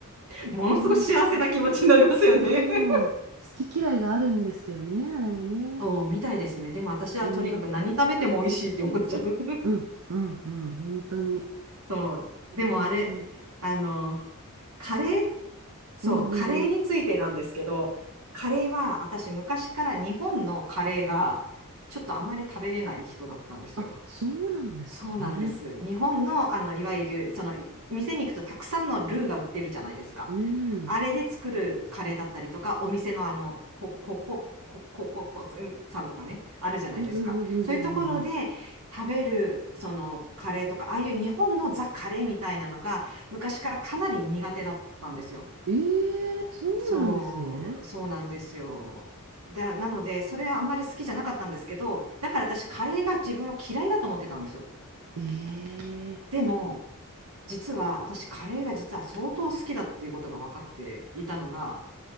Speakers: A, on the right; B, on the right.
A: <laughs>
B: 当、ものすごい幸せな気持ちになりますよね。
A: 本当、そう。
B: <laughs>
A: 好き嫌いがあるんですけどね、あれもね。
B: そう、みたいですね。でも私はとにかく何食べても美味しいって思っちゃう。
A: うん。
B: <laughs>
A: うん、うん、うん。本当に。
B: そう。
A: 本当にそう。
B: でもあれ、あの、カレーそう、
A: うん、うん、
B: カレーについてなんですけど、
A: うん。
B: カレーは私昔から日本のカレーがちょっとあまり食べれない人だったんですよ。
A: あ、そうなんですね。
B: そうなんです。日本の、あの、いわゆる、その、い店に行くとたくさんのルーが売ってるじゃないですか。
A: うん。
B: あれで作るカレーだったりとか、お店のあの、こ、ここ、こ、こ、こ、こ、うんさんとかね、あるじゃないですか。
A: うん、うん、うん、うん、
B: そういうところで食べる、
A: うん。うんうん
B: その、カレーとか、ああいう日本のザ・カレーみたいなのが、昔からかなり苦手だったんですよ。
A: ええそうなんですね。
B: そう、そうなんですよ。だ、なので、それはあんまり好きじゃなかったんですけど、だから私、カレーが自分は嫌いだと思ってたんですよ。
A: ええ
B: でも、実は私、カレーが実は相当好きだっていうことが分かっていたのが、